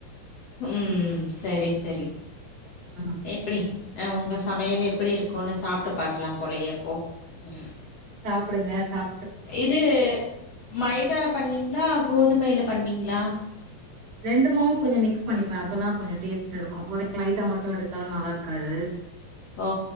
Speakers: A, on the left; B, on the right.
A: உம் சரி சரி
B: ம்
A: எப்படிஹ் உங்க சமையல எப்படி இருக்கும்ன்னனு சாப்பிட்டு பாக்கலாம் போலைய அப்போ உ
B: சாப்புடுங்க சாப்ப
A: இது மைதால பண்ணுவீங்களா கோதுமைையில பண்ணுவீங்களா
B: ரெண்டுமும் கொஞ்சம் மிக்ஸ் பண்ணிப்பேன் அப்பதான் கொஞ்சம் டேஸ்ட் இருக்கும் ஒரே மைதா மட்டும் எடுத்தாலும் நல்லா இருக்காது
A: ஓ